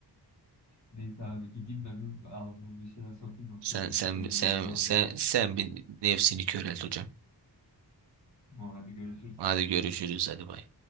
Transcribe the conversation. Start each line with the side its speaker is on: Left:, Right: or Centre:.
Left: Neyse abi gideyim ben bir ağzıma bir şeyler sokayım yoksa
Right: Sen
Left: bu gidişte
Right: sen
Left: yolumuz
Right: sen
Left: yol
Right: sen
Left: değil.
Right: sen bir nefsini körelt hocam.
Left: Tamam hadi görüşürüz.
Right: Hadi görüşürüz hadi bay.